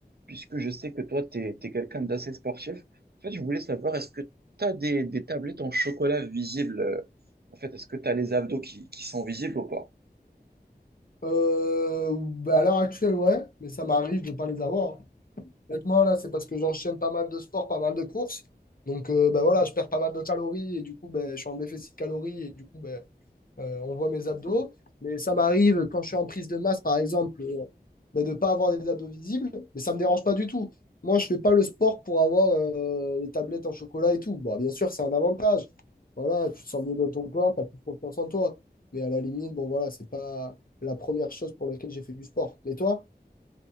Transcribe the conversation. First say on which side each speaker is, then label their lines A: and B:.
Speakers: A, on the right; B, on the left.
A: puisque je sais que toi, tu es, quelqu'un d'assez sportif. En fait, je voulais savoir, est-ce que tu as des, des tablettes en chocolat visibles? euh, En fait, est-ce que tu as les abdos qui, qui sont visibles ou pas?
B: Euh, bah, à l'heure actuelle, ouais, mais ça m'arrive de pas les avoir. Honnêtement, là, c'est parce que j'enchaîne pas mal de sports, pas mal de courses. Donc, euh, bah, voilà, je perds pas mal de calories et du coup, ben je suis en déficit de calories et du coup, ben Euh, on voit mes abdos, mais ça m'arrive quand je suis en prise de masse, par exemple, euh, ben, de ne pas avoir des abdos visibles, mais ça ne me dérange pas du tout. Moi, je ne fais pas le sport pour avoir euh, les tablettes en chocolat et tout. Bon, bien sûr, c'est un avantage. Voilà, tu te sens mieux dans ton corps, tu as plus confiance en toi. Mais à la limite, bon, voilà, c'est pas la première chose pour laquelle j'ai fait du sport. Mais toi,